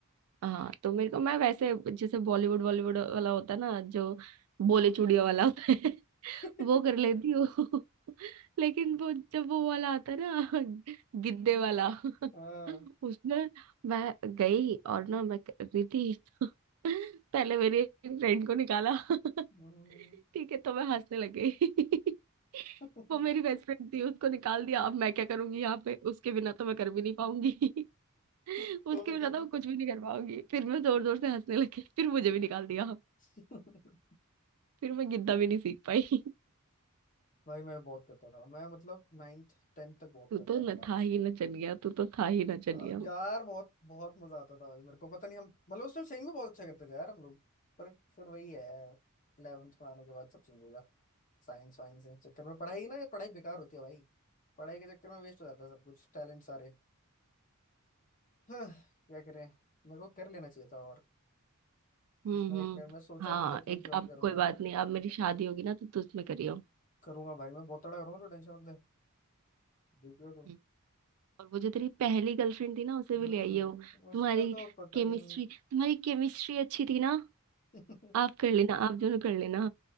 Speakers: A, on the right (about 75°); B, on the left (about 35°).
A: हाँ तो मेरे को मैं वैसे जैसे बॉलीवुड बॉलीवुड वाला होता है ना जो बोले चूड़िया वाला होता है
B: <laughs>
A: वो कर लेती हूँ <laughs> लेकिन वो जब वो वाला आता है ना <laughs> गिद्दे वाला
B: हाँ
A: <laughs> उसमें मैं गई और ना मैं कर रही थी <laughs> पहले मेरी एक फ्रेंड को निकाला <laughs>
B: हम्म।
A: ठीक है तो मैं हंसने लग गई <laughs>
B: तो
A: वो मेरी बेस्ट फ्रेंड थी उसको निकाल दिया अब मैं क्या करूंगी यहाँ पे उसके बिना तो मैं कर भी नहीं पाऊंगी <laughs>
B: फिर
A: उसके बिना
B: क्या क्या
A: तो मैं कुछ भी नहीं कर पाऊंगी फिर मैं जोर जोर से हंसने लगी फिर मुझे भी निकाल दिया
B: <laughs>
A: फिर मैं गिद्दा भी नहीं सीख पाई
B: भाई मैं बहुत करता था मैं मतलब नाइन्थ टेंथ तक बहुत
A: तू
B: करता
A: तो न-
B: था डांस
A: था ही ना चल गया तू तो था ही ना चल
B: आ,
A: गया
B: यार बहुत बहुत मजा आता था भाई मेरे को पता नहीं हम मतलब उस टाइम सही में बहुत अच्छा करते थे यार हम लोग पर फिर वही है 11th में आने के बाद सब चेंज हो गया साइंस वाइंस के चक्कर में पढ़ाई ना पढ़ाई बेकार होती है भाई पढ़ाई के चक्कर में वेस्ट हो जाता है सब कुछ टैलेंट सारे <sighs> हाँ, क्या करें मेरे को कर लेना चाहिए था और
A: हम्म
B: उसमें
A: हम्म
B: एक मैं सोचा
A: हाँ
B: भी था कि
A: एक
B: ज्वाइन
A: अब
B: करूंगा
A: कोई बात नहीं अब मेरी शादी होगी ना तो तू उसमें करियो
B: करूंगा भाई मैं बहुत तगड़ा करूंगा तो टेंशन मत ले डीपीओ तो
A: हम्म। और वो जो तेरी पहली गर्लफ्रेंड थी ना उसे भी
B: हम्म
A: ले आइयो
B: उसका
A: तुम्हारी
B: तो पता
A: केमिस्ट्री
B: नहीं
A: तुम्हारी केमिस्ट्री अच्छी थी ना
B: <laughs>
A: आप कर लेना आप दोनों कर लेना